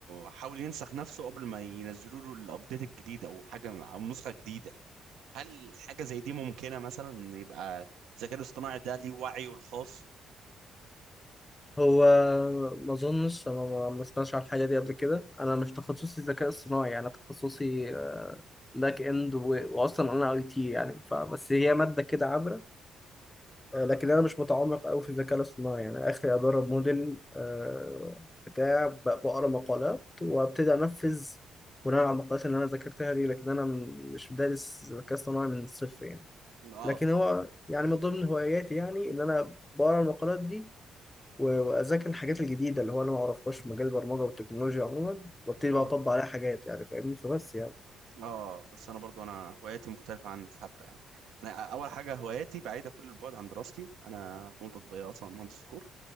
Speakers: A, on the right (about 85°); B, on the left (about 15°).
A: حاول ينسخ نفسه قبل ما ينزلوا له الابديت الجديد او حاجه او نسخه جديده هل حاجه زي دي ممكنه مثلا ان يبقى الذكاء الاصطناعي ده ليه وعيه الخاص
B: هو ما اظنش انا ما ما سمعتش على الحاجه دي قبل كده انا مش تخصصي ذكاء اصطناعي انا تخصصي باك اند و- واصلا انا اي تي يعني فبس هي ماده كده عابره آه، لكن انا مش متعمق قوي في الذكاء الاصطناعي يعني اخري ادرب موديل آه، بتاع ب- بقرا مقالات وابتدي انفذ بناء على المقالات اللي انا ذاكرتها دي لكن انا م- مش دارس ذكاء اصطناعي من الصفر يعني
A: اه
B: لكن هو يعني من ضمن هواياتي يعني ان انا بقرا المقالات دي و- واذاكر الحاجات الجديده اللي هو انا ما اعرفهاش في مجال البرمجه والتكنولوجيا عموما وابتدي
A: اه
B: بقى اطبق عليها حاجات يعني فاهمني فبس يعني
A: اه بس انا برضو انا هواياتي مختلفه عن حبه يعني انا اول حاجه هواياتي بعيده كل البعد عن دراستي انا فنون تطبيقيه اصلا مهندس كور